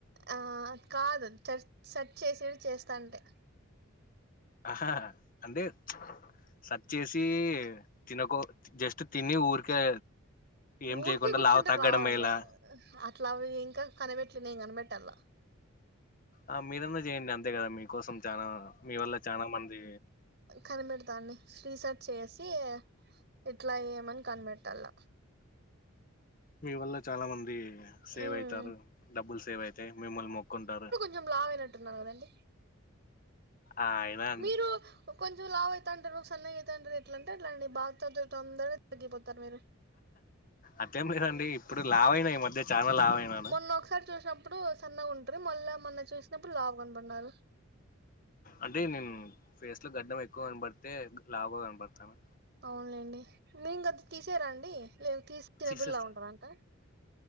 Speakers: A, on the right; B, on the left.
A: ఆ కాదు చర్ సెర్చ్ చేసి చేస్తాంటే
B: ఆహా అంటే స చేసి తినకో జస్ట్ తిని ఊరికే ఏం
A: ఊరికే
B: చేయకుండా
A: కూర్చుంటే
B: లావు తగ్గడం
A: రావండి
B: మేలా
A: అట్లావి ఇంకా కనిపెట్లే నేను కనిపెట్టాల
B: ఆ మీరన్నా చేయండి అంతే కదా మీకోసం చాలా మీ వల్ల చానా మంది
A: కనిబేడతా అండి రీసెర్చ్ చేసి ఎట్లా ఏమని కనిపెట్టాల
B: మీ వల్ల చాలా మంది సేవ్
A: ఉమ్
B: అయితారు డబ్బులు సేవ్ అయితాయి మిమ్మల్ని మొక్కుంటారు
A: కొంచం లావైనట్టున్న కదండీ
B: ఆ అండి
A: మీరు కొంచెం లావ్ అయిత అంటారు సన్నగా అయిత అంటారు ఎట్లా అంటే అండి బాగా <unintelligible> తొందరగా తగ్గిపోతారు మీరు
B: అట్లేం లేదండి ఇప్పుడు లావయినా ఈ మధ్య చానా లావైనాను
A: మొన్న ఒకసారి చూసినప్పుడు సన్నగా ఉంటారు మళ్ళా మొన్న చూసినప్పుడు లావు కనపడినారు
B: అంటే నేను ఫేస్ లో గడ్డం ఎక్కువ కనపడితే లావుగా కనబడతాను
A: అవునులేండి మీరు గడ్ తీసేయరా అండి లేదా తీసేటప్పుడు చిన్న
B: తీసేస్తా
A: పిల్లల ఉంటారంట